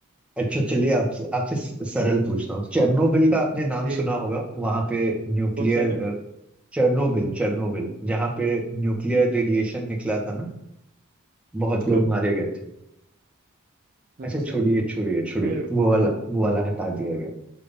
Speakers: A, in the centre; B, on the right (about 40°).
A: अच्छा चलिए आप आपसे स- सरल पूछता हूँ चेरनोबिल का आपने नाम
B: ठीक
A: सुना
B: है
A: होगा वहां पे न्यूक्लियर
B: कौन सा बिल
A: चेरनोबिल चेरनोबिल जहाँ पे न्यूक्लियर
B: हम्म,
A: रेडिएशन निकला था ना बहुत लोग
B: कब
A: मारे गए थे अच्छा
B: अच्छा
A: छोड़िए छोड़िए छोड़िए
B: मेरे को-
A: वो वाला वो वाला हटा दिया गया